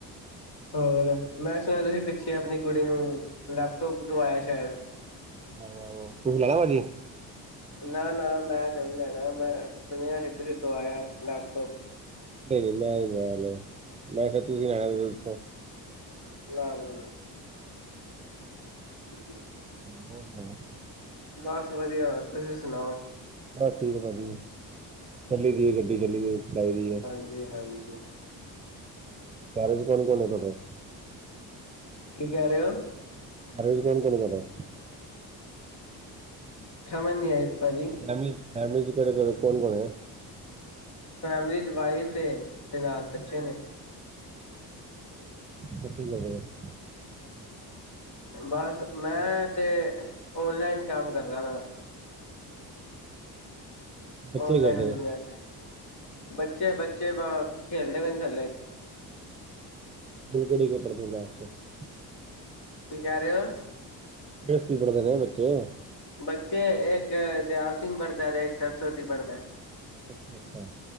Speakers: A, on the left; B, on the right.
A: ਹੋਰ ਮੈਂ ਸੁਣਿਆ। ਤੁਸੀਂ ਪਿੱਛੇ ਆਪਣੀ ਕੁੜੀ ਨੂੰ ਲੈਪਟੋਪ ਦਵਾਇਆ ਸ਼ਾਇਦ
B: ਆਹੋ ਆਹੋ ਤੁਸੀਂ ਲੇਨਾ ਭਾਜੀ
A: ਨਾ ਨਾ ਮੈਂ ਤੇ ਨਹੀਂ ਲੈਣਾ ਮੈਂ ਸੁਣਿਆ ਸੀ ਤੁਸੀਂ ਦਵਾਇਆ ਲੈਪਟੋਪ
B: ਨਹੀਂ ਨਹੀਂ ਮੈਂ ਨਹੀਂ ਦਵਾਇਆ ਮੈਂ ਮੈਂ ਕਿਹਾ ਤੂੰ ਵੀ ਲੈਨਾ।
A: ਨਾਂ ਨਾਂ ਨਾਂ। ਹਮ
B: ਹੋਰ ਸੁਨਾਉ।
A: ਬੱਸ ਵਧੀਆ ਤੁਸੀਂ ਸੁਣਾਓ।
B: ਬਸ ਠੀਕ ਏ ਭਾਜੀ ਚੱਲੀ ਦੀ ਹੈ ਗੱਡੀ ਚੱਲੀ ਦੀ ਚਲਾਈ ਦੀ ਹੈ।
A: ਹਾਂਜੀ ਹਾਂਜੀ।
B: ਘਰ ਵਿਚ ਕੋਣ ਕੋਣ ਹੈ ਤੁਹਾਡੇ?
A: ਕੀ ਕਹਿ ਰਹੇ ਹੋ?
B: ਘਰ ਵਿੱਚ ਕੋੌਣ ਹੈ ਤੁਹਾਡੇ?
A: ਸਮਝ ਨਹੀਂ ਆਈ ਭਾਜੀ।
B: ਫੈਮਲੀ ਫੈਮਿਲੀ ਚ ਕੇੜੇ ਕੇੜੇ ਕੋਣ ਕੋਣ ਏ।
A: ਫੈਮਿਲੀ ਚ ਵਾਈਫ ਏ ਤੇ ਨਾਲ ਬੱਚੇ ਨੇ।
B: ਸਤ ਕਰ <unintelligible>
A: ਬਸ ਮੈਂ ਤੇ ਔਨਲਾਈਨ ਕੰਮ ਕਰਦਾ ਪਇਆ।
B: ਬੱਚੇ
A: ਔਨਲਾਈਨ
B: ਕਰਦੇ
A: ਬਿਜਨਸ ਬੱਚੇ, ਬੱਚੇ ਬ ਖੇਲਦੇ ਪਏ ਨੇ ਥੱਲੇ।
B: ਮੁਲਗੜੀ ਕੇ ਪੜਦੇ <unintelligible>
A: ਕਿ ਕੇਹ ਰਹੇ ਹੋ।
B: ਬੇਸਤੀ ਬੜਦੇ ਨੇ ਬੱਚੇ <unintelligible>
A: ਬੱਚੇ ਇੱਕ ਦਿਆਲ ਸਿੰਘ ਪੜ੍ਹਦਾ ਵੇ। ਤੇ ਇੱਕ ਸਰਸਵਤੀ ਪੜ੍ਹਦਾ।
B: ਅੱਛਾ ਅੱਛਾ।